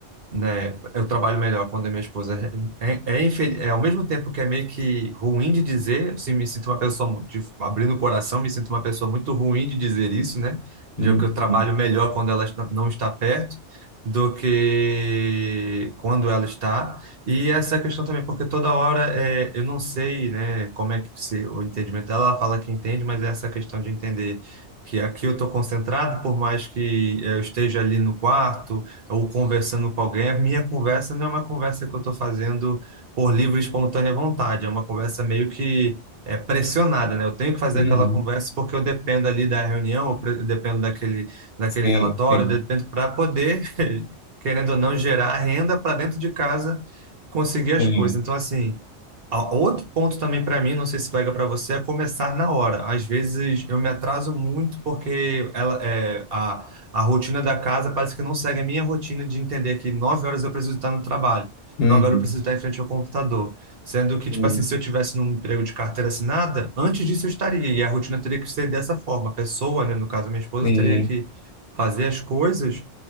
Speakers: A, on the right (about 55°); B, on the left (about 60°).
A: né? Eu trabalho melhor quando a minha esposa é, é, é, infel- é ao mesmo tempo que é meio que ruim de dizer, assim, me sinto uma pessoa mu- de, abrindo o coração, me sinto uma pessoa muito ruim de dizer isso, né? De
B: Uhum.
A: que eu trabalho melhor quando ela está- não está perto do que quando ela está. E essa questão também, porque toda hora é, eu não sei, né, como é que se, o entendimento dela, ela fala que entende, mas é essa questão de entender que aqui eu estou concentrado, por mais que eh, eu esteja ali no quarto ou conversando com alguém, a minha conversa não é uma conversa que eu estou fazendo por livre e espontânea vontade, é uma conversa meio que é, pressionada, né? Eu tenho que fazer
B: Uhum.
A: aquela conversa porque eu dependo ali da reunião, eu pre- eu dependo daquele, daquele
B: Sim,
A: relatório,
B: sim,
A: eu dependo para poder, <laughs> querendo ou não, gerar renda para dentro de casa, conseguir as
B: sim.
A: coisas. Então, assim. A- Outro ponto também para mim, não sei se pega para você, é começar na hora. Às vezes eu me atraso muito porque ela, é, a a rotina da casa parece que não segue a minha rotina de entender que nove horas eu preciso estar no trabalho,
B: Uhum.
A: nove horas eu preciso estar em frente ao computador. Sendo que,
B: Uhum.
A: tipo assim, se eu tivesse num emprego de carteira assinada, antes disso eu estaria, e a rotina teria que ser dessa forma. A pessoa, né, no caso, minha esposa,
B: Sim.
A: teria que fazer as coisas